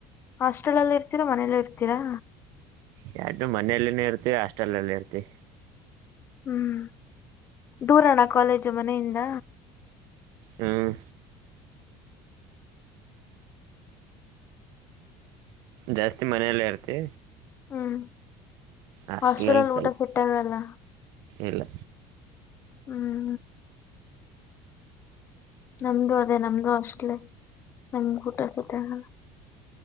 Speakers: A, on the left; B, on the right.
A: ಹಾಸ್ಟೆಲಲ್ಲಿ ಇರ್ತೀರಾ ಮನೇಲ್ಲೆ ಇರ್ತೀರಾ.
B: ಯಾತಿ ಮನೇೆಯಲ್ಲಿನ ಇರ್ತಿವಿ ಹಾಸ್ಟೆಲ್ ಅಲ್ಲಿ ಇರ್ತಿವಿ.
A: ಹ್ಮ್ ದೂರಣ ಕಾಲೇಜು ಮನೆಯಿಂದ.
B: ಹ್ಮ್. ಜಾಸ್ತಿ ಮನೆಯಲ್ಲೇ ಇರ್ತಿ.
A: ಹ್ಮ್.
B: ಹಷ್ಟಲಲ್ಲಿ
A: ಹಾಸ್ಟೆಲಲ್ಲಿ
B: ಸ್ವಲ್ಪ್
A: ಊಟ ಸೆಟ್ ಆಗಲ್ಲ.
B: ಇಲ್ಲ.
A: ಹ್ಮ್. ನಮ್ದು ಅದೇ ನಮ್ದು ಅಷ್ಟಲೇ ನಮ್ ಊಟ ಸೆಟ್ ಅಗಲ್ಲ.